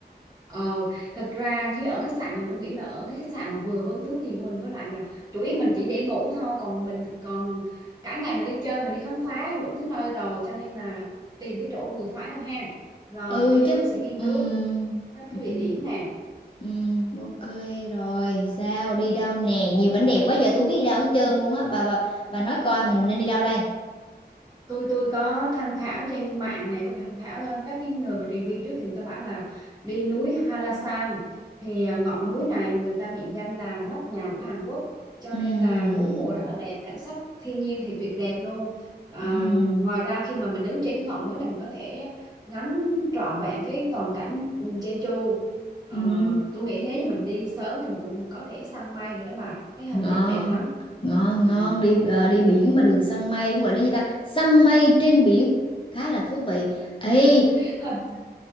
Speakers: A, on the right; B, on the left.
A: Ờ, thật ra khi ở khách sạn này tôi nghĩ là ở cái khách sạn mà vừa với cái túi tiền của mình với lại là chủ yếu mình chỉ để ngủ thôi còn mình còn cả ngày mình đi chơi mình đi khám phá đủ thứ nơi rồi cho nên là tìm cái chỗ vừa phải thôi ha rồi
B: ừ
A: bây giờ
B: chứ
A: tôi sẽ nghiên
B: ừm,
A: cứu các cái
B: ừm,
A: địa điểm nè
B: ừm, ok rồi sao đi đâu nè nhiều cảnh đẹp quá giờ tôi biết đi đâu hết trơn luôn á bà bà bà nói coi mình nên đi đâu đây
A: tôi tôi có tham khảo trên mạng này và tham khảo ờ, các cái người mà review trước thì người ta bảo là đi núi Halasan thì ờ, ngọn núi này người ta mệnh danh là nóc nhà của Hàn Quốc cho
B: Ừm,
A: nên là bốn mùa rất là đẹp cảnh sắc thiên nhiên thì tuyệt đẹp luôn à,
B: ừm,
A: ngoài ra khi mà mình đứng trên cái ngọn núi này mình có thể ngắm trọn vẹn cái toàn cảnh ừ, Jeju Ờ,
B: ừm.
A: tôi nghĩ nếu như mình đi sớm thì mình cũng có thể săn mây nữa đó mà thấy hình
B: ngon
A: chụp đẹp lắm
B: ngon
A: ừ.
B: ngon đi ờ, đi biển mà được săn mây gọi là gì ta săn mây trên biển khá là thú vị ê
A: <laughs>